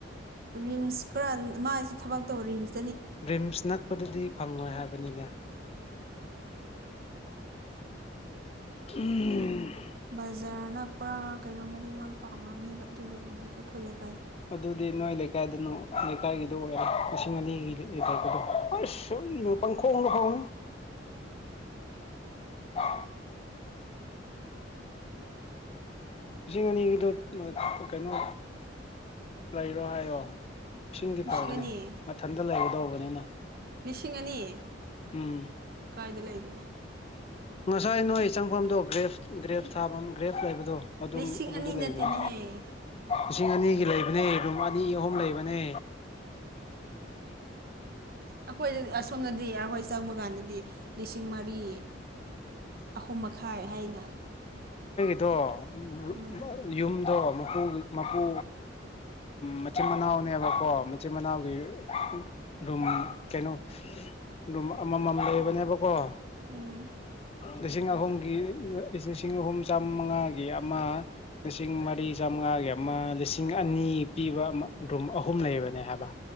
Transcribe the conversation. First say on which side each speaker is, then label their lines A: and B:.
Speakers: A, on the right (about 55°); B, on the left (about 35°).
A: ꯔꯤꯝꯁ ꯈꯔ ꯃꯥꯏꯁꯨ ꯊꯕꯛ ꯇꯧ ꯔꯤꯝꯁ
B: ꯔꯤꯝꯁ ꯅꯛꯄꯗꯗꯤ ꯐꯪꯉꯣꯏ ꯍꯥꯏꯕꯅꯤꯅꯦ ꯎꯝ
A: ꯕꯖꯥꯔ ꯅꯛꯄ꯭ꯔꯥ ꯀꯩꯅꯣꯝꯃꯗꯤ ꯃꯥ ꯄꯥꯝꯅꯝꯅꯦꯕ ꯑꯗꯨꯒꯤ ꯑꯣꯏꯝꯅꯦꯕ ꯑꯩꯈꯣꯏ ꯂꯩ
B: ꯑꯗꯨꯗꯨꯗꯤꯅꯣꯂ ꯀꯥꯏ ꯍꯥꯏꯗꯣ ꯑꯥꯗꯥꯏꯒꯤꯗꯣ ꯑꯣꯏꯔꯦ ꯂꯤꯁꯤꯡ ꯑꯅꯤꯒꯤꯗꯥꯏꯗꯣ ꯑꯁ ꯁꯨꯏꯅ ꯄꯪꯈꯣꯡꯗ ꯍꯣꯡꯉꯤ ꯎ ꯂꯤꯁꯤꯡ ꯑꯅꯤꯒꯤꯗ ꯀꯩꯅꯣ ꯂꯩꯔꯣ ꯍꯥꯏꯌꯣ ꯏꯁꯤꯡꯗꯤ
A: ꯂꯤꯁꯤꯡ
B: ꯐꯕꯅꯦ
A: ꯑꯅꯤ
B: ꯃꯊꯟꯇ ꯂꯩꯒꯗꯧꯕꯅꯤꯅ
A: ꯂꯤꯁꯤꯡ ꯑꯅꯤ
B: ꯎꯝ
A: ꯀꯥꯏꯗ ꯂꯩꯒꯦ
B: ꯉꯁꯥꯏ ꯅꯣꯏ ꯆꯪꯐꯝꯗꯣ ꯒ꯭ꯔꯦꯐ ꯒ꯭ꯔꯦꯞ ꯊꯥꯐꯝ ꯒ꯭ꯔꯦꯞ ꯂꯩꯕꯗꯣ ꯑꯗꯨꯝ
A: ꯂꯤꯁꯤꯡ
B: ꯑꯗꯨꯗ
A: ꯑꯅꯤ ꯅꯠꯇꯦꯅꯦꯍꯦ
B: ꯂꯩꯕꯅꯦ ꯂꯤꯁꯤꯡ ꯑꯅꯤꯒꯤ ꯂꯩꯕꯅꯦ ꯑꯗꯨ ꯑꯅꯤ ꯑꯍꯨꯝ ꯂꯩꯕꯅꯦ
A: ꯑꯩꯈꯣꯏꯗ ꯑꯁꯣꯝꯅꯗꯤ ꯑꯩꯈꯣꯏ ꯆꯪꯕ ꯀꯥꯟꯗꯗꯤ ꯂꯤꯁꯤꯡ ꯃꯔꯤ ꯑꯍꯨꯝ ꯃꯈꯥꯏ ꯍꯥꯏꯅ
B: ꯑꯣ
A: ꯎꯝ
B: ꯌꯨꯝꯗꯣ ꯃꯄꯨ ꯃꯄꯨ ꯃꯆꯤꯟ ꯃꯅꯥꯎꯅꯦꯕꯀꯣ ꯃꯆꯤꯟ ꯃꯅꯥꯎꯒꯤꯝ ꯀꯩꯅꯣ ꯑꯗꯨꯝ ꯑꯃꯃꯝ ꯂꯩꯕꯅꯦꯕꯀꯣ
A: ꯎꯝ
B: ꯂꯤꯁꯤꯡ ꯑꯍꯨꯝꯒꯤ ꯂꯤꯁꯤꯡ ꯑꯍꯨꯝ ꯆꯥꯝꯃꯉꯥꯒꯤ ꯑꯃ ꯂꯤꯁꯤꯡ ꯃꯔꯤ ꯆꯥꯝꯃꯉꯥꯒꯤ ꯑꯃ ꯂꯤꯁꯤꯡ ꯑꯅꯤ ꯄꯤ ꯄꯤꯕ ꯑꯃ ꯔꯨꯝ ꯑꯍꯨꯝ ꯂꯩꯕꯅꯦ ꯍꯥꯏꯕ